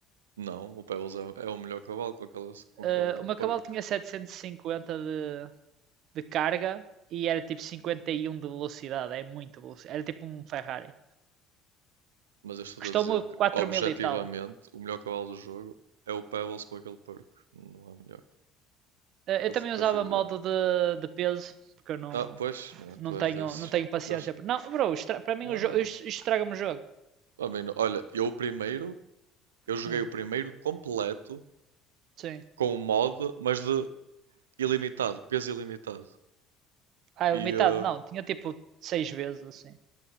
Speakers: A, on the right; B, on the right.
A: Não, o Pebbles é, é o melhor cavalo com aquela, com aquele
B: Ah, o meu
A: perk.
B: cavalo tinha 750 de, de carga e era tipo 51 de velocidade, é muito velocidade. Era tipo um Ferrari.
A: Mas eu estou
B: Custou-me
A: a dizer que,
B: 4
A: objetivamente,
B: mil e tal.
A: o melhor cavalo do jogo é o Pebbles com aquele perk. Não há melhor.
B: Ah, eu
A: Que eu,
B: também
A: fu- que
B: usava
A: eu fui ver.
B: modo de, de peso, porque eu não,
A: Ah, pois, é,
B: não
A: tu
B: tenho,
A: és desses.
B: não tenho paciência.
A: Gosto.
B: Não, bro, estra- para mim
A: Não,
B: o jogo
A: não.
B: estraga-me o jogo.
A: A mim não- olha, eu o primeiro Eu joguei
B: Hum,
A: o primeiro completo
B: sim.
A: com o mod, mas de ilimitado, peso ilimitado.
B: Ah,
A: E
B: é limitado?
A: eh,
B: Não, tinha tipo seis vezes assim.